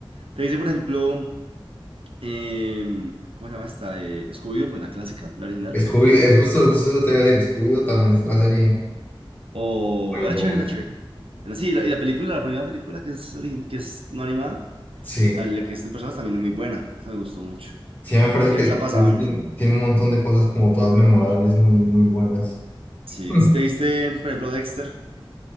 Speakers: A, on the right; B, on the left.
A: Te dice, por ejemplo, em, ¿cómo se llama esta? Eh, Scooby-Doo, pues la clásica, la original.
B: Es, Scooby- es justo, justo eso te iba a decir. Scooby-Doo también es una serie
A: O
B: muy
A: la
B: buena.
A: chévere, la chévere. Bueno, Sí, la- y la película, la primera película que es, origin- que es no animada,
B: Sí,
A: la, la que es de personas también es muy buena, esa me gustó mucho.
B: sí, me parece
A: Y
B: que
A: es la
B: Scooby
A: pasaban.
B: tiene, tiene un montón de cosas como todas memorables, muy, muy buenas.
A: Sí,
B: <laughs>
A: ¿te viste, por ejemplo, Dexter?